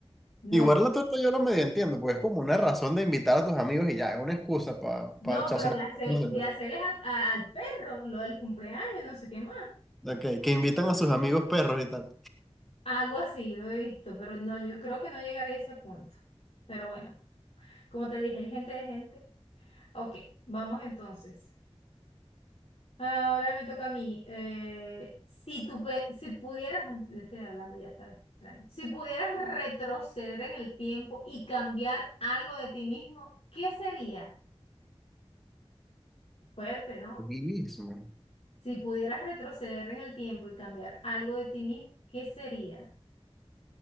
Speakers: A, on the left; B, in the centre.
A: no,
B: Igual la torta yo lo medio entiendo, porque es como una razón de invitar a tus amigos y ya, es una excusa para
A: no,
B: echarse
A: pero
B: una...
A: de hacer,
B: no sé,
A: de
B: pues.
A: hacerles a- a- al perro lo del cumpleaños, no sé qué más.
B: Ok, que invitan a sus amigos perros y tal.
A: Algo así, lo he visto, pero no, yo creo que no llegaría a ese punto. Pero bueno, como te dije, hay gente de gente. Ok, vamos entonces. Ahora me toca a mí. Eh, si tú, pe- si pudieras, ah, yo estoy hablando, ya está extraño. Si pudieras retroceder en el tiempo y cambiar algo de ti mismo, ¿qué sería? Fuerte, ¿no?
B: Mí mismo.
A: Si pudieras retroceder en el tiempo y cambiar algo de ti mismo, ¿qué sería?